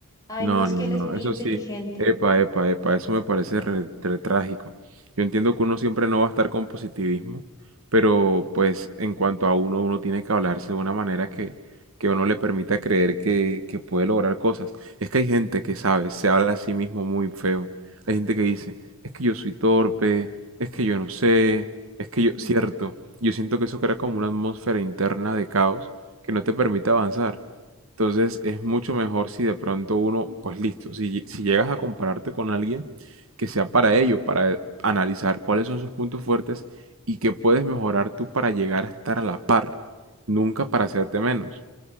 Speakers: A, on the left; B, on the right.
A: Ay,
B: No,
A: no es
B: no,
A: que
B: no,
A: él es muy
B: eso
A: inteligente.
B: sí. Epa, epa, epa, eso me parece re, re trágico. Yo entiendo
A: Sí,
B: que uno siempre no va a estar con positivismo, pero pues en cuanto a uno, uno tiene que hablarse de una manera que, que uno le permita creer que, que puede lograr cosas. Es que hay gente que sabe, se habla a sí mismo muy feo. Hay gente que dice, es que yo soy torpe, es que yo no sé, es que
A: sí.
B: yo, cierto, yo siento que eso crea como una atmósfera interna de caos que no te permite avanzar. Entonces es mucho mejor si de pronto uno, pues listo, si, lle- si llegas a compararte con alguien que sea para ello, para analizar cuáles son sus puntos fuertes y qué puedes mejorar tú para llegar a estar a la par, nunca para hacerte menos.